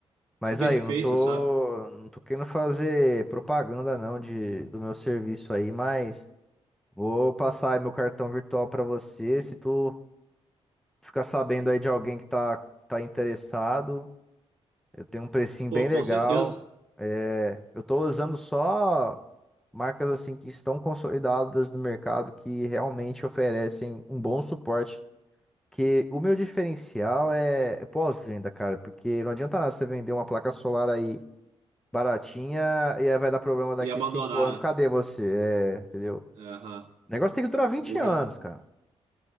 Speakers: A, in the centre; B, on the right.
A: Mas
B: Que perfeito,
A: aí, eu não tô,
B: sabe?
A: não tô querendo fazer propaganda não de, do meu serviço aí, mas. Vou passar aí meu cartão virtual pra você. Se tu ficar sabendo aí de alguém que tá, tá interessado, eu tenho um precinho
B: Pô,
A: bem
B: com
A: legal.
B: certeza.
A: É, eu tô usando só marcas assim que estão consolidadas no mercado, que realmente oferecem um bom suporte. Que o meu diferencial é, é pós-venda, cara, porque não adianta nada você vender uma placa solar aí baratinha e aí vai dar problema daqui
B: E abandonar,
A: cinco anos.
B: né?
A: Cadê você? É, entendeu?
B: É, aham.
A: O negócio tem que durar 20
B: O
A: anos,
B: re-
A: cara.